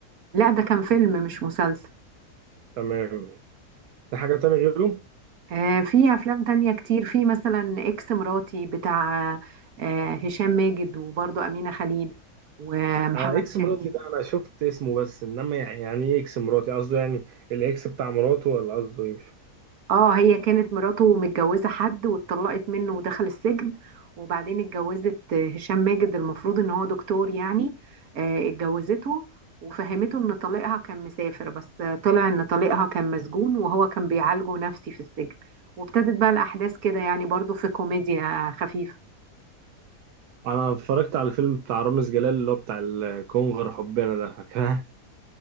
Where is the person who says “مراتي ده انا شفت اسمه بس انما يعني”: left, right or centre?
Right